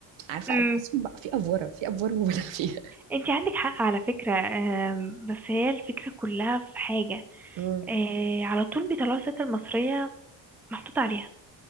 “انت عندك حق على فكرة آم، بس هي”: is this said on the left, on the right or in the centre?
Centre